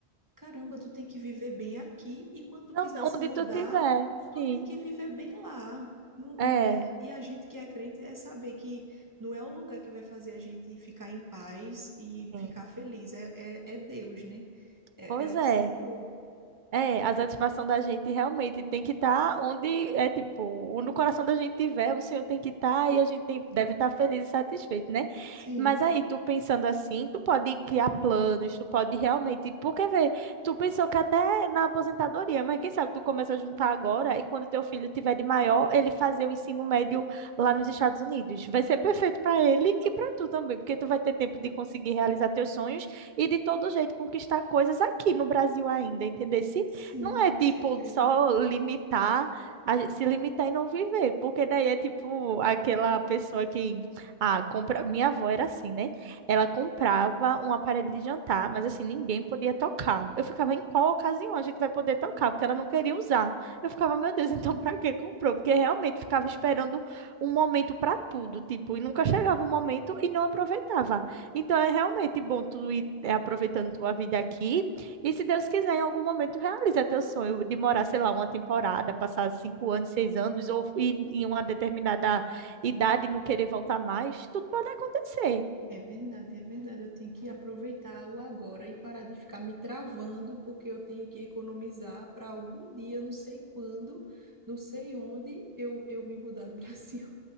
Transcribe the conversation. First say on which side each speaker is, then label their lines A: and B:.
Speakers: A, on the right; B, on the right.
A: caramba, tu tem que viver bem aqui e quando tu
B: Então,
A: quiser se
B: onde
A: mudar,
B: tu tiver,
A: tu
B: sim.
A: tem que viver bem lá. Não, não
B: É,
A: é? E a gente que é crente é saber que não é o lugar que vai fazer a gente ficar em paz e
B: sim.
A: ficar feliz. É, é, é Deus, né? É,
B: Pois
A: é o
B: é.
A: Senhor.
B: É, a satisfação da gente realmente tem que estar onde é tipo, no coração da gente tiver, o Senhor tem que estar e a gente tem- deve estar feliz e satisfeito, né?
A: Sim,
B: Mas aí, tu pensando assim, tu pode criar planos, tu pode realmente, porque vê, tu pensou que até na aposentadoria, mas quem sabe tu começa a juntar agora e quando teu filho tiver de maior, ele fazer o ensino médio lá nos Estados Unidos. Vai ser perfeito para ele e para tu também, porque tu vai ter tempo de conseguir realizar teus sonhos e de todo jeito conquistar coisas aqui no Brasil ainda, entendeu?
A: sim,
B: Não
A: com
B: é tipo
A: certeza.
B: só limitar, a gente se limitar e não viver, porque daí é tipo aquela pessoa que ah, compra, minha avó era assim, né? Ela comprava um aparelho de jantar, mas assim, ninguém podia tocar. Eu ficava em qual ocasião a gente vai poder tocar, porque ela não queria usar. Eu ficava, meu Deus, <laughs> então pra que comprou? Porque realmente ficava esperando um momento pra tudo, tipo, e nunca chegava o momento e não aproveitava. Então é realmente bom tu ir é, aproveitando tua vida aqui e se Deus quiser, em algum momento realiza teu sonho de morar, sei lá, uma temporada, passar cinco anos, seis anos, ou ir em uma determinada idade e não querer voltar mais, tudo pode acontecer.
A: É verdade, é verdade. Eu tenho que aproveitar o agora e parar de ficar me travando, porque eu tenho que economizar para algum dia, não sei quando, não sei onde, eu, eu me mudar do <laughs> Brasil.